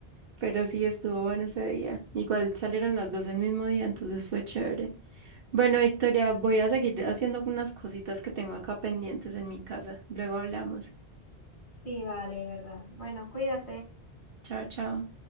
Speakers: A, on the right; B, on the left.
A: pero sí estuvo bueno ese día. Igual salieron las dos el mismo día, entonces fue chévere. Bueno, Victoria, voy a seguir haciendo unas cositas que tengo acá pendientes en mi casa. Luego hablamos.
B: Sí, vale, verdad. Bueno, cuídate.
A: Chao, chao.